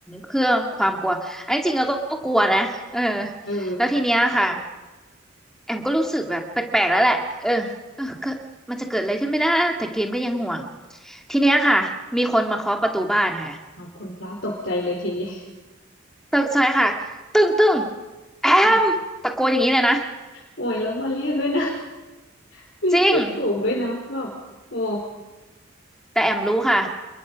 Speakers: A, in the centre; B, on the left.
A: เพื่อความกลัวอันที่จริงเราก็ก็กลัวนะเออ
B: เออ
A: แล้วทีเนี้ยค่ะแอมก็รู้สึกแบบแปลกๆแล้วแหละเออเออเกิดมันจะเกิดอะไรขึ้นไม่ได้แต่เกมก็ยังห่วงทีเนี้ยค่ะมีคนมาเคาะประตูบ้านค่ะ
B: เอาคุณพระตกใจเลยทีนี้
A: ตึกซอยค่ะตึ้งตึ้งแอมตะโกนอย่างนี้เลยนะ
B: <laughs> อ้าวโอ้ยแล้วมาเรียกด้วยนะ <laughs> เรียกชื่อถูกด้วยนะแบบโอ้
A: จริงแต่แอมรู้ค่ะ